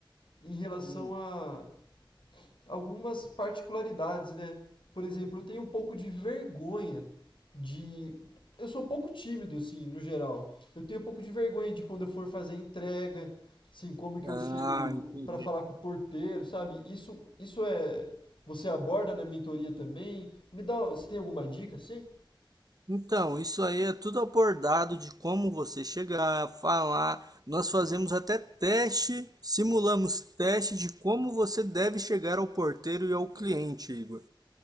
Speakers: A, on the left (about 70°); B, on the right (about 50°).
A: em relação
B: Hum.
A: a algumas particularidades, né? Por exemplo, eu tenho um pouco de vergonha de. Eu sou um pouco tímido, assim, no geral. Eu tenho um pouco de vergonha de quando eu for fazer entrega, assim, como que eu
B: Ah,
A: chego
B: entendi.
A: para falar com o porteiro, sabe? Isso, isso é. Você aborda na mentoria também? Me dá. Você tem alguma dica, assim?
B: Então, isso aí é tudo abordado de como você chegar, falar. Nós fazemos até teste, simulamos teste de como você deve chegar ao porteiro e ao cliente, Igor.